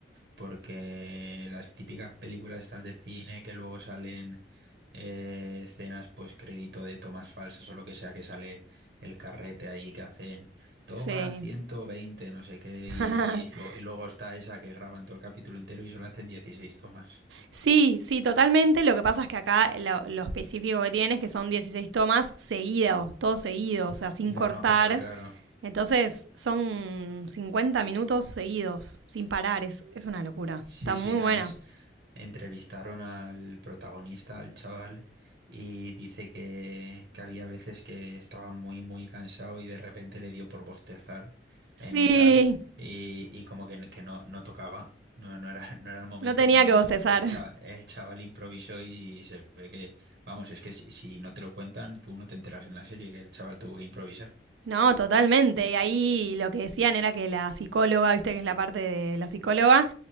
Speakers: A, on the right (about 60°); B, on the right (about 80°).
A: Porque las típicas películas estas de cine que luego salen eh, escenas pues crédito de tomas falsas o lo que sea que sale el carrete ahí que hacen toma
B: Sí.
A: 120 no sé qué,
B: <laughs>
A: y, y, y lo- y luego está esa que graban todo el capítulo entero y solo hacen 16 tomas.
B: Sí, sí, totalmente. Lo que pasa es que acá lo, lo específico que tiene es que son 16 tomas seguidos, todo seguido, o sea, sin
A: No,
B: cortar.
A: no, claro, claro.
B: Entonces son 50 minutos seguidos, sin parar. Es, es una locura.
A: Sí,
B: Está muy
A: sí, además
B: buena.
A: entrevistaron al protagonista, al chaval, y dice que, que había veces que estaba muy, muy cansado y de repente le dio por bostezar
B: Sí,
A: en mitad y, y como que, que no, no tocaba, no, no era, <laughs> no era el momento,
B: no tenía
A: pero
B: que bostezar.
A: el, el, cha- el chaval improvisó y se ve que, vamos, es que si, si no te lo cuentan, tú no te enteras en la serie que el chaval tuvo que improvisar.
B: No, totalmente. Y ahí lo que decían era que la psicóloga, viste que es la parte de la psicóloga,